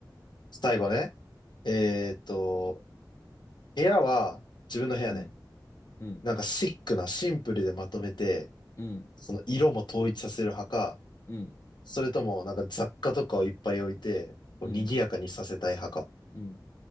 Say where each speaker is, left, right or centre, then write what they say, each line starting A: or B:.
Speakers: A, on the left (about 70°); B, on the left (about 35°).
A: 最後ね。えーっと、部屋は自分の部屋ね。
B: う。うん、うん、
A: なんかシックな、シンプルでまとめて、
B: うん、
A: その色も統一させる派か、
B: うん、
A: それともなんか雑貨とかをいっぱい置いて、こう賑やかにさせたい派か。
B: うん。うん。